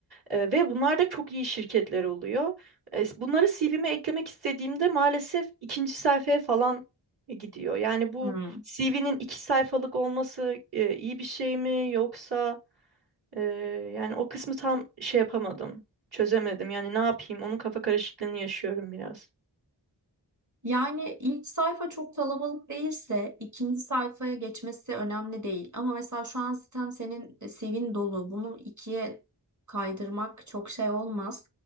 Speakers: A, on the right; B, on the right.
A: Ee, ve bunlar da çok iyi şirketler oluyor. Ee, bunları CV'me eklemek istediğimde maalesef ikinci sayfaya falan e, gidiyor. Yani bu
B: Hı.
A: CV'nin iki sayfalık olması e, iyi bir şey mi yoksa e, yani o kısmı tam şey yapamadım, çözemedim. Yani ne yapayım? Onun kafa karışıklığını yaşıyorum biraz.
B: Yani ilk sayfa çok kalabalık değilse ikinci sayfaya geçmesi önemli değil. Ama mesela şu an zaten senin sevin dolu. Bunu ikiye kaydırmak çok şey olmaz.